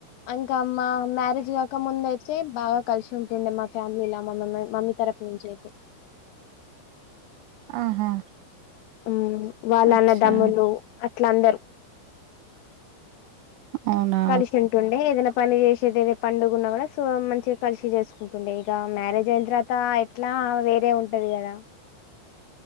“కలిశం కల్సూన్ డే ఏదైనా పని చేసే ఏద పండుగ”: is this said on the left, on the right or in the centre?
Left